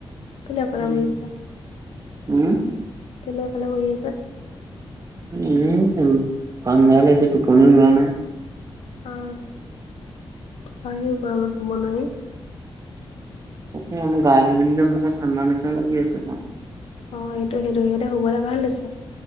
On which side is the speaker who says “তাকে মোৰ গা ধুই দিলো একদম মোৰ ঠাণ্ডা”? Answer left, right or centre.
Right